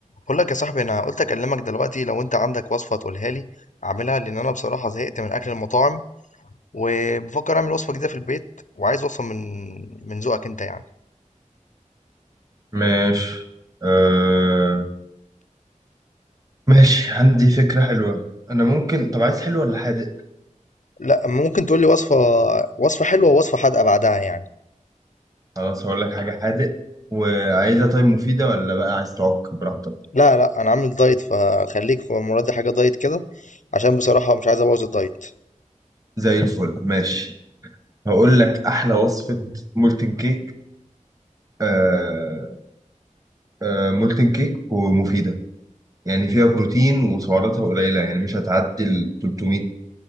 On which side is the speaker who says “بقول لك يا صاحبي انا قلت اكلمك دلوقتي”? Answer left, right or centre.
Left